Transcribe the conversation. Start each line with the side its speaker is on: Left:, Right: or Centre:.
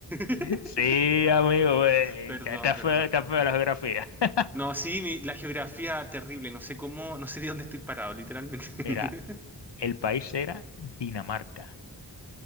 Centre: <laughs>
Left: sí, amigo, eh,
Centre: Perdón,
Left: está está
Centre: perdón.
Left: feo, está feo la geografía. <laughs>
Centre: No, sí, mi- la geografía terrible, no sé cómo, no sé de dónde estoy parado, literalmente.
Left: Mira,
Centre: <laughs>
Left: el país era Dinamarca.